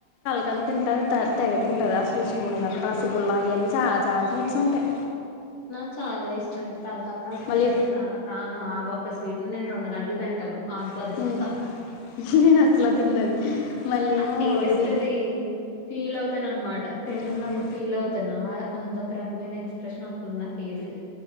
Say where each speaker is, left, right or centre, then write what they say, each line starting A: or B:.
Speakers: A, on the left; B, on the left.
A: కంతింటాను తెగ తింటారు అస్లు ఇష్ట ముండదు అక్కడా రసగుల్లా ఇయన్నీ చాల చాల స్వీట్ ఉంటాయ్
B: నాకు చాలా ఇష్టం కలకంద స్వీటైతే
A: మళ్ళీ
B: చాలా ప్రాణం ఆ వొ క్క స్వీట్ ని నేను రెండు గంటలు తింటాను ఆస్వాదిస్తా
A: అస్ నేను అస్లా తిన్నది మళ్ళీ
B: ఆ
A: ఏమో
B: టేస్ట్
A: ఇది
B: దీ ఫీలవుతాను అన్మాట తింటున్నప్పుడు
A: మ్,
B: ఫీలవుతానా ఆ అదొక రకమైన ఎక్స్ప్రెషన్ ఒ టున్న ఫేస్లో